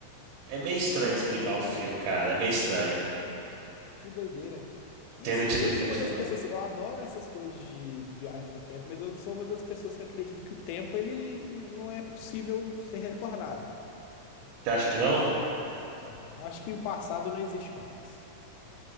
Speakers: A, on the right; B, on the left.
A: É meio estranho
B: Que doideira!
A: de explicar o filme, cara. É meio estranho.
B: Que doideira! E
A: Tenet
B: assim, eu
A: do Christopher
B: sou uma das
A: Nolan.
B: pessoas, assim, eu adoro essas coisas de viagem no tempo, mas eu sou uma das pessoas que acredita que o tempo ele não é possível ser retornado,
A: Você acha que
B: entende?
A: não?
B: Não, acho que o passado não existe mais.